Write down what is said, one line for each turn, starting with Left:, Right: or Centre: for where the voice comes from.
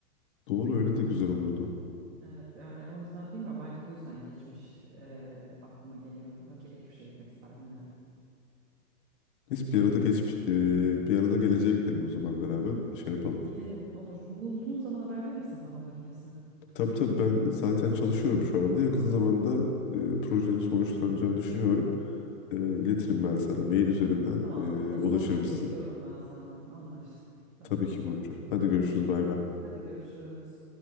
Left: Doğru öyle de güzel olurdu.
Right: Evet yani o yüzden bilmiyorum belki bu yüzden geçmiş e, aklıma geliyor. Önce geçmişe gitmek isterdim yani.
Left: Neyse bir arada geç e, bir arada geleceğe gidelim o zaman beraber şey yapalım.
Right: Gidelim olur. Bulduğun zaman haber verir misin zaman makinesine?
Left: Tabii tabii ben zaten çalışıyorum şu anda. Yakın zamanda e, projenin sonuçlanacağını düşünüyorum. E, iletirim ben sana. Mail üzerinden
Right: Tamamdır. O
Left: e,
Right: zaman
Left: ulaşırım
Right: mail
Left: size.
Right: bekliyorum ben senden. Anlaştık. Tamam
Left: Tabii
Right: süper.
Left: ki Burcu. Hadi görüşürüz bay bay.
Right: Hadi görüşürüz.